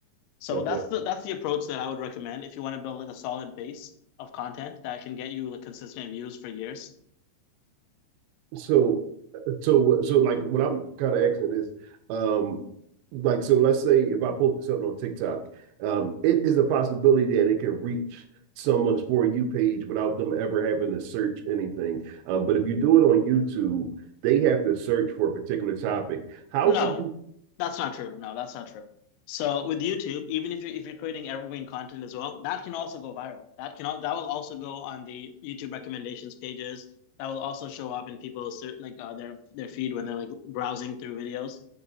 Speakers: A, on the left (about 85°); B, on the right (about 80°).
A: So
B: Like
A: that's
B: my
A: the that's the approach that I would recommend if you want to build like a solid base of content that can get you like consistent views for years.
B: so. So, so like what I'm kind of asking is, um, like so, let's say if I posted something on TikTok, um, it is a possibility that it can reach someone's for you page without them ever having to search anything. Um, but if you do it on YouTube, they have to search for a particular topic. How
A: No,
B: do you?
A: that's not true. No, that's not true. So with YouTube, even if you're if you're creating evergreen content as well, that can also go viral. That can al- that will also go on the YouTube recommendations pages. That will also show up in people's ser- like uh, their their feed when they're like browsing through videos.